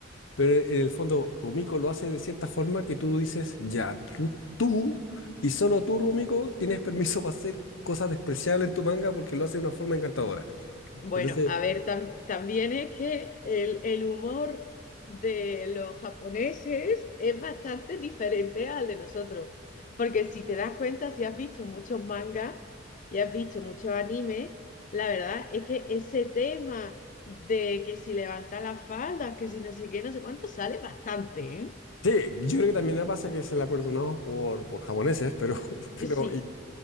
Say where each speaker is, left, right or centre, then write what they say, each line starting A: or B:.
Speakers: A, on the left; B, on the left.
A: pero en el fondo, Rumiko lo hace de cierta forma que tú dices, ya, tú, tú y solo tú, Rumiko, tienes permiso <laughs> para hacer cosas despreciables en tu manga porque lo hace de una forma encantadora.
B: Bueno,
A: Entonces,
B: a ver, tam- también es que el, el humor de los japoneses es bastante diferente al de nosotros. Porque si te das cuenta, si has visto muchos mangas y has visto muchos animes, la verdad es que ese tema de que si levanta las faldas, que si no sé qué, no sé cuánto, sale bastante, ¿eh?
A: sí, yo creo que también me pasa que se la perdonamos por, por japoneses, pero, <laughs> pero,
B: Sí,
A: y-